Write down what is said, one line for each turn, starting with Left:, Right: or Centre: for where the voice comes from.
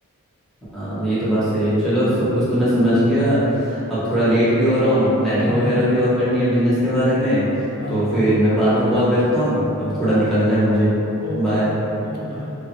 Centre: हाँ ये तो बात सही है चलो सब कुछ तो मैं समझ गया अब थोड़ा लेट भी हो रहा हूँ प्लानिंग
Left: हाँ
Centre: वगैरह
Left: हाँ
Centre: भी और करनी है बिजनेस के बारे में
Left: हाँ
Centre: तो
Left: हाँ
Centre: फिर
Left: हाँ
Centre: मैं बाद में कॉल करता हूँ अभी
Left: हाँ
Centre: थोड़ा निकलना है मुझे
Left: Okay
Centre: बाय
Left: okay okay bye